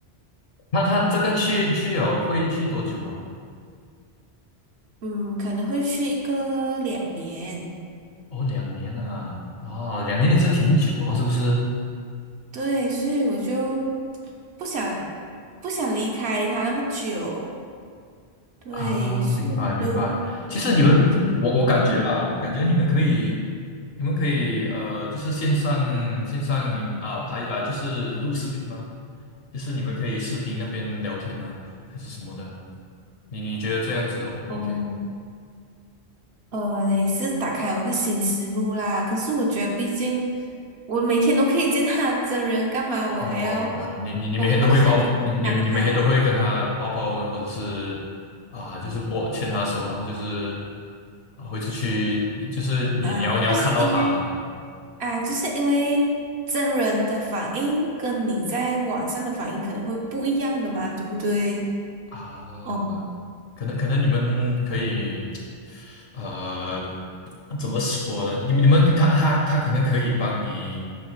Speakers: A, on the left; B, on the right.
A: 那他这个去去了会去多久啊？
B: 嗯，可能会去一个两年，
A: 哦，两年啊，啊，两年也是挺久哦，
B: 嗯，
A: 是不是？
B: 对，所以我就不想不想离开他那么久，对，
A: 啊，
B: 所以我就
A: 明白明白。其实你们，
B: 嗯
A: 我我感觉啦，我感觉你们可以，你们可以呃，就是线上线上啊、拍啊、就是录视频吗？就是你们可以视频那边聊天呢，还是什么的。你你觉得这样子 O 不
B: 哦
A: OK？
B: 呃也是打开我个新思路啦。可是我觉得，毕竟我每天都可以见他真人，干嘛我还要
A: 哦哦，你你你每天都会抱你你你每天都会跟他抱抱，
B: 通过视频看他？
A: 或者是啊、就是握牵他的手，然后就是啊、会出去，就是你你要你要看到他了。
B: 啊，就是因为啊，就是因为真人的反应跟你在网上的反应可能会不一样的嘛，对不对？
A: 啊，
B: 哦
A: 可能可能你们可以，呃，怎么说呢？你们你们给他他他可能可以帮你，